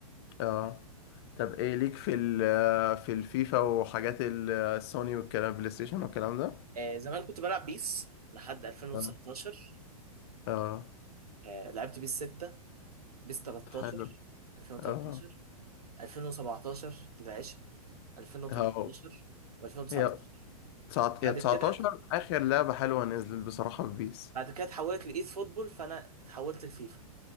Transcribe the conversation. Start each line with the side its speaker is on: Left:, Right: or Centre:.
Left: اه طب ايه ليك في ال في الفيفا وحاجات ال- السوني والكلام بلاي ستيشن والكلام ده
Right: آه زمان كنت بلعب بيس لحد 2019
Left: اه اه
Right: آه لعبت بيس 6 بيس 13
Left: حلو
Right: 2013
Left: اه
Right: 2017 العشق 2018
Left: هاو
Right: و2019
Left: هي تسعة
Right: بعد
Left: هي 19
Right: كده
Left: اخر لعبة حلوة نزلت بصراحة في بيس
Right: بعد كده اتحولت لإيد فوتبول فأنا اتحولت لفيفا